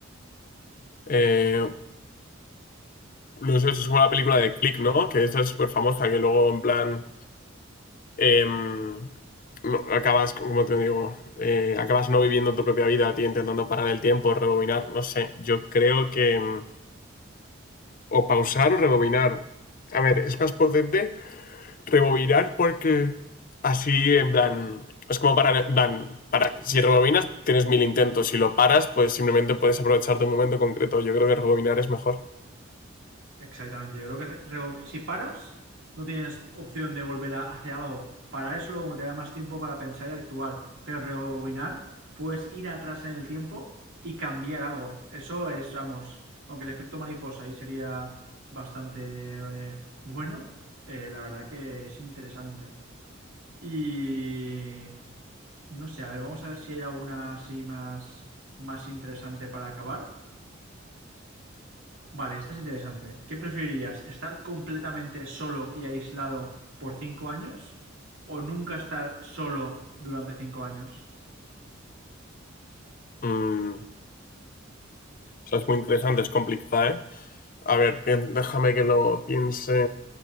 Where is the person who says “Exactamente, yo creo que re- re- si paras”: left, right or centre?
Right